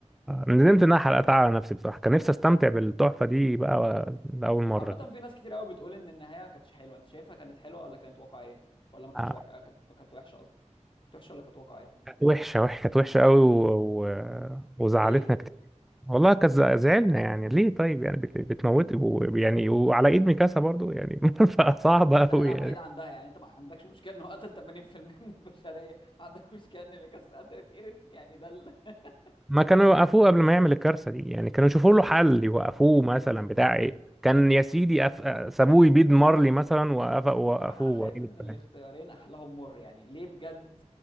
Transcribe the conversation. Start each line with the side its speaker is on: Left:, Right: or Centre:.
Centre: ندمت ان انا حلقتها على نفسي بصراحه كان نفسي استمتع بالتحفه دي بقى لاول مره
Left: عامة
Centre: كده
Left: في ناس كتير قوي بتقول ان النهاية كانتش حلوة انت شايفها كانت حلوة ولا كانت واقعية ولا ما كانتش
Centre: آه،
Left: وحشة آه، كانت كانت وحشة قصدي كانت وحشة ولا كانت واقعية
Centre: كانت وحشه وحشه كانت وحشه قوي و... و... وزعلتنا
Left: ليه
Centre: كتير والله كز- زعلنا يعني ليه طيب يعني بت- بتموت و- يعني وعلى ايد ميكاسا برضو يعني <laughs> فصعبة
Left: لا
Centre: قوي
Left: لا
Centre: يعني
Left: بعيد عن ده يعني انت ما عندكش مشكلة انه قتل 80% من البشرية عندك مشكلة ان ميكاس قتلت ايرين يعني ده ال... <laughs>
Centre: ما كانوا يوقفوه قبل ما يعمل الكارثة دي يعني كانوا يشوفوا له حل يوقفوه مثلا بتاع ايه كان يا سيدي أف... سابوه يبيد مارلي مثلا وقف... وقفوه
Left: صراحة أنا شايف
Centre: وقالوا
Left: إن الاختيارين
Centre: بتاع.
Left: أحلاهم مر يعني ليه بجد